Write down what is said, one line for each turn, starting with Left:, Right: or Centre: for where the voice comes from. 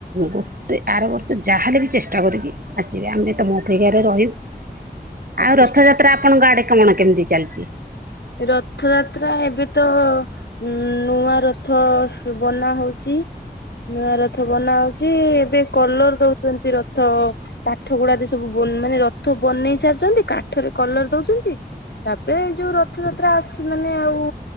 Right: ଗୋଟେ ଏ ଆର ବର୍ଷ ଯାହାହେଲେ ବି ଚେଷ୍ଟା କରିକି ଆସିବେ ଆମେ ତମଁ ଅପେକ୍ଷାରେ ରହିବୁ।
Left: ଆଜ୍ଞା
Right: ଆଉ ରଥଯାତ୍ରା ଆପଣଙ୍କ ଆଡେ କଣ କେମିତି ଚାଲିଚି?
Left: ରଥଯାତ୍ରା ଏବେ ତ ଉ ନୂଆ ରଥ ବନା ହଉଚି।
Right: <inaudible>
Left: ନୂଆ ରଥ ବନା ହଉଚି, ଏବେ କଲର ଦଉଚନ୍ତି ରଥ କାଠ ଗୁଡାରେ ସବୁ ମାନେ ରଥ ବନେଇ ସାରିଚନ୍ତି, କାଠରେ କଲର ଦଉଚନ୍ତି, ତାପରେ ଏଇ ଯୋଉ ରଥଯାତ୍ରା ଆସି ମାନେ ଆଉ